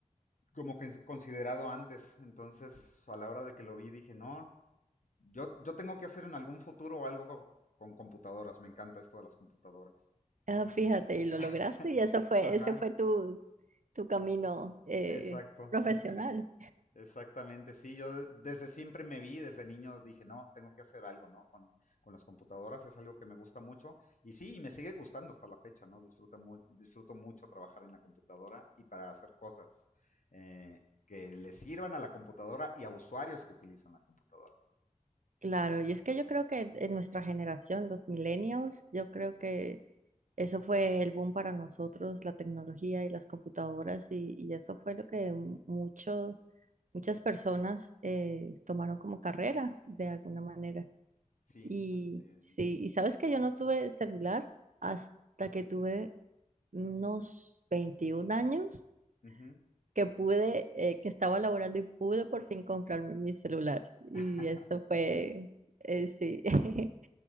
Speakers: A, on the left (about 75°); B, on the right (about 70°).
A: como que considerado antes. Entonces, a la hora de que lo vi, dije, no, yo, yo tengo que hacer en algún futuro algo con computadoras. Me encanta esto de las computadoras.
B: Ah, fíjate, y lo lograste
A: <laughs>
B: y eso fue,
A: Ajá,
B: ese fue tu, tu camino eh,
A: exacto.
B: profesional.
A: Exactamente, sí, yo de- desde siempre me vi, desde niño dije, no, tengo que hacer algo, ¿no? Con, con las computadoras es algo que me gusta mucho y sí, y me sigue gustando hasta la fecha, ¿no? Disfruto, mu- disfruto mucho trabajar en la computadora y para hacer cosas eh, que le sirvan a la computadora y a usuarios que utilizan la computadora.
B: Claro, y es que yo creo que en nuestra generación, los millennials, yo creo que Eso fue el boom para nosotros, la tecnología y las computadoras, y, y eso fue lo que muchos, muchas personas eh, tomaron como carrera de alguna manera.
A: Sí,
B: Y
A: así es.
B: sí, y sabes que yo no tuve celular hasta que tuve unos veintiún años
A: Ujú.
B: que pude, eh, que estaba laborando y pude por fin comprarme mi celular. Y
A: <laughs>
B: esto fue, eh, sí. <laughs>